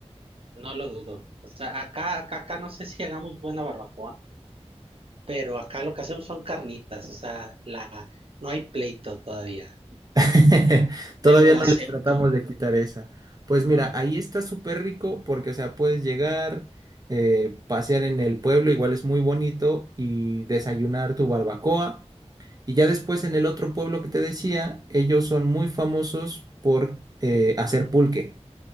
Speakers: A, on the right; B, on the right.
A: no lo dudo. O sea, acá, acá, acá no sé si hagamos buena barbacoa, pero acá lo que hacemos son carnitas, o sea, la, no hay pleito todavía.
B: <laughs> Todavía
A: Te lo
B: no
A: acepto.
B: les tratamos de quitar esa. Pues
A: No.
B: mira, ahí está súper rico porque, o sea, puedes llegar, eh, pasear en el pueblo, igual es muy bonito, y desayunar tu barbacoa. Y ya después en el otro pueblo que te decía, ellos son muy famosos por eh, hacer pulque.